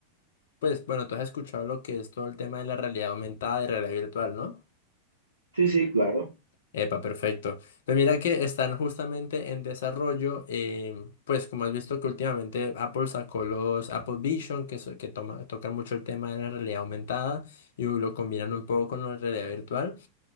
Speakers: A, on the left; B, on the right.
A: pues bueno, tú has escuchado lo que es todo el tema de la realidad aumentada y realidad virtual, ¿no?
B: Sí, sí, claro.
A: Epa, perfecto. Pues mira que están justamente en desarrollo, em, pues como has visto que últimamente Apple sacó los Apple Vision, que, so- que toma- tocan mucho el tema de la realidad aumentada y lo combinan un poco con la realidad virtual.